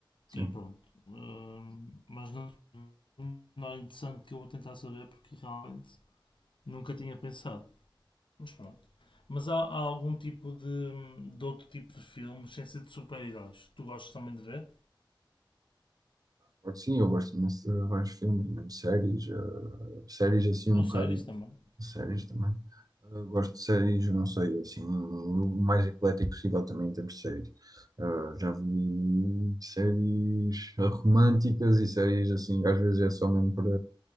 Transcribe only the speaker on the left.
E pronto. Hum, mas não, não é interessante que eu vou tentar saber porque realmente nunca tinha pensado. Mas pronto. Mas há, há algum tipo de, de outro tipo de filmes, sem ser de super-heróis, que tu gostas também de ver?
Ou
séries também?